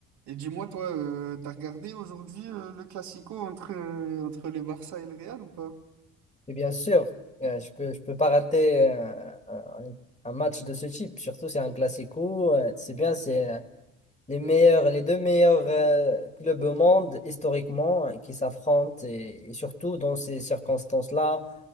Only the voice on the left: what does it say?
Et bien sûr, euh, je peux, je peux pas rater euh, un, un match de ce type. Surtout, c'est un classico. euh, c'est bien, c'est euh, les meilleurs, les deux meilleurs euh, clubs au monde historiquement euh, qui s'affrontent et, et surtout dans ces circonstances-là,